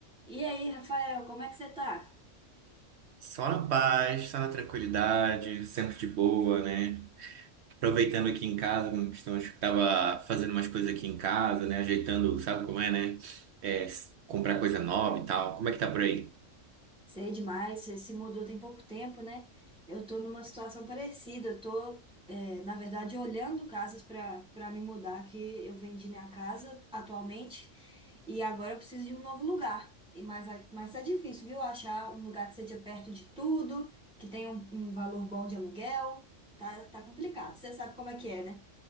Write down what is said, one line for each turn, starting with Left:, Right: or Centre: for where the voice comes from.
Centre: E aí, Rafael, como é que você tá?
Right: Só na paz, só na tranquilidade, sempre de boa, né? Aproveitando aqui em casa, como estamos, tava fazendo umas coisas aqui em casa, né? Ajeitando, sabe como é, né? É, s- comprar coisa nova e tal. Como é que tá por aí?
Centre: Sei demais, você se mudou tem pouco tempo, né? Eu tô numa situação parecida, eu tô, é, na verdade, olhando casas para para me mudar, que eu vendi minha casa atualmente e agora eu preciso de um novo lugar. E mas, a- mas tá difícil, viu? Achar um lugar que seja perto de tudo, que tenha um, um valor bom de aluguel, tá, tá complicado. Você sabe como é que é, né?